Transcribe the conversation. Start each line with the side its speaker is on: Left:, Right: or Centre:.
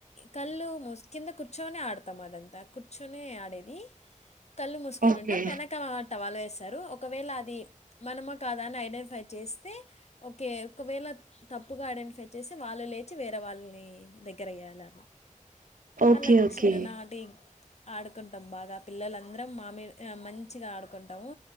Left: కళ్ల్ు ముస్ కింద కుర్చోనే ఆడుతామదంతా కుర్చునే ఆడే ని కళ్ళు మూసుకోని
Right: ఓకే
Left: ఉంటాం వెనక టావలేస్ టరు ఒకవేళ అది మనమా కదా ఇదేంటి ఫై చేస్తే ఒకే ఒకవేళ తప్ ట్ గ ఐడెంట్ ఫై చేసి వాళ్ళు లేచి వేరే వాళ్ళని దగ్గర వేయాల
Right: ఓకే
Left: అలా
Right: ఓకే
Left: చిన్ననాటి ఆడుకుంటాం బాగా పిల్లలందరం మామ మంచిగా ఆడుకుంటాము